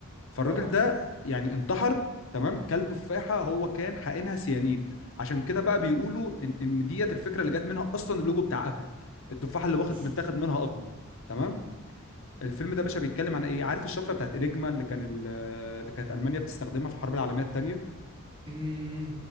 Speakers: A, on the left; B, on the right.
A: فالراجل
B: اه اه
A: ده يعني انتحر تمام كل تفاحه هو كان حقنها سيانيد عشان كده بقى بيقولوا ان ان ديت الفكره اللي جت منها اصلا اللوجو بتاع ابل التفاحه اللي واخد
B: اوف
A: متاخد منها قطمه تمام الفيلم ده يا باشا بيتكلم عن ايه عارف الشفره بتاعت انيجما اللي كان ال- اللي كانت المانيا بتستخدمها في الحرب العالميه الثانيه
B: امم